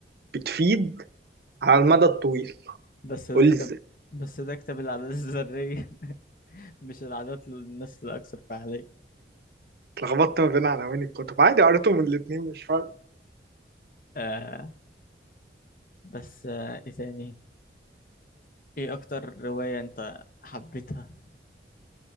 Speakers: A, on the right (about 60°); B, on the left (about 50°).
A: بتفيد على المدى الطويل
B: بس ده
A: قول لي
B: كتاب
A: إزاي
B: بس ده كتاب العادات الذرية <laughs> مش العادات للناس الأكثر فعالية
A: اتلخبطت ما بين عناوين الكتب عادي قريتهم الاتنين مش فارق
B: آه بس آه إيه تاني إيه أكتر رواية أنت حبيتها